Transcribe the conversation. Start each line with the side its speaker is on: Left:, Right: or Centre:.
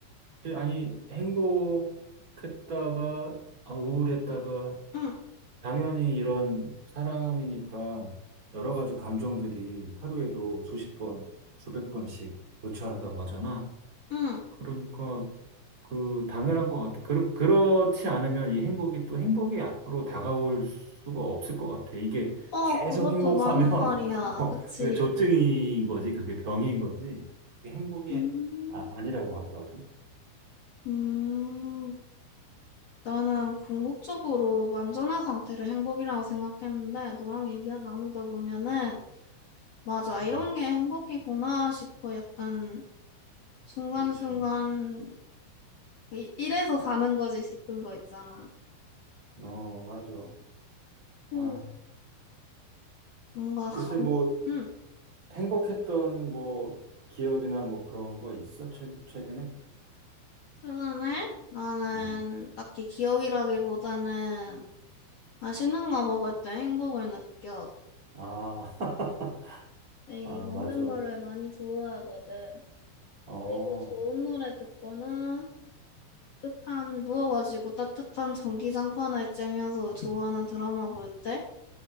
Right: 근데 아니, 행복했다가, 아, 우울했다가,
Left: 응,
Right: 당연히 이런 사람이니까 여러 가지 감정들이 하루에도 수십 번, 수백 번씩 교차한다고 하잖아.
Left: 응.
Right: 그러니까 그 당연한 것 같아. 그렇, 그렇지 않으면 이 행복이 또 행복으로 다가올 수가 없을 것 같아. 이게
Left: 어,
Right: 계속
Left: 그것도
Right: 행복하면
Left: 맞는 말이야.
Right: <laughs> 어,
Left: 그치?
Right: 그 조증인 거지, 그게 병인 거지. 이게 행복이
Left: 음,
Right: 아, 아니라고 하더라고.
Left: 음. 나는 궁극적으로 완전한 상태를 행복이라고 생각했는데, 너랑 얘기 나누다 보면은, 맞아,
Right: 음,
Left: 이런 게 행복이구나 싶어. 약간, 순간순간,
Right: 그렇지.
Left: 이- 이래서 사는 거지 싶은 거 있잖아.
Right: 어, 맞아.
Left: 응,
Right: 아,
Left: 뭔가 감,
Right: 요새 뭐
Left: 응.
Right: 행복했던 뭐 기억이나 뭐 그런 거 있어? 최, 최근에?
Left: 최근에 나는
Right: 응.
Left: 딱히 기억이라기보다는 맛있는 거 먹을 때 행복을 느껴.
Right: 아, <laughs>
Left: 에이,
Right: 아,
Left: 먹는
Right: 맞아.
Left: 거를 많이 좋아하거든.
Right: 어,
Left: 그리고 좋은 노래 듣거나, 따뜻한 누워가지고 따뜻한 전기장판을 쬐면서 좋아하는 드라마 볼 때,